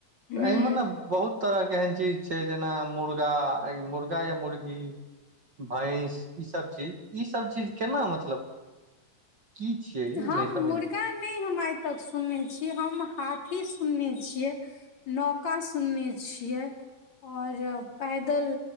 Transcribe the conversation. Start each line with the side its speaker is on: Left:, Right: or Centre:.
Left: हूँ
Right: तऽ एहिमे ने बहुत तरह के एहन चीज छै जेना मुर्गा मुर्गा या मुर्गी भैंस ई सब चीज ई सब चीज केना मतलब की छियै
Left: हम
Right: ई नहि समझ
Left: मुर्गा नहि हम आई तक सुनने छियै हम हाथी सुनने छियै नौका सुनने छियै आओर पैदल